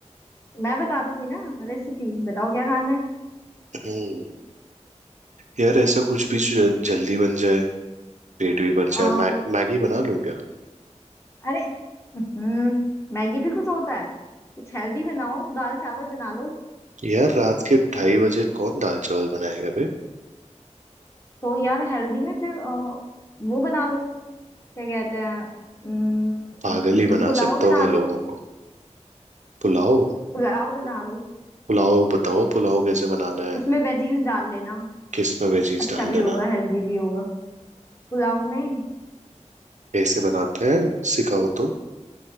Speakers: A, on the left (about 20°); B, on the right (about 80°).
A: मैं बता दूंगी ना रेसिपी बताओ क्या खाना है
B: हम्म, यार ऐसा कुछ भी जो जल- जल्दी बन जाए पेट भी भर
A: आ,
B: जाए मै, मैगी बना लूं क्या
A: अरे हम्म मैगी भी कुछ होता है कुछ हेल्दी बनाओ दाल चावल बना लो
B: यार रात के ढाई बजे कौन दाल चावल बनाएगा बे
A: तो यार हेल्दी में फिर अ, वो बना लो क्या कहते हैं अम्म,
B: पागल
A: अम्म, अम्म,
B: ही बना
A: पुलाव
B: सकता
A: बना
B: हूँ मैं
A: लो
B: लोगों को पुलाव
A: पुलाव बना लो
B: पुलाव बताओ पुलाव कैसे बनाना है
A: उसमें वेजीज डाल लेना
B: किस में वेजीज
A: अच्छा
B: डाल
A: भी
B: देना
A: होगा हेल्दी भी होगा पुलाव में
B: कैसे बनाते हैं सिखाओ तो।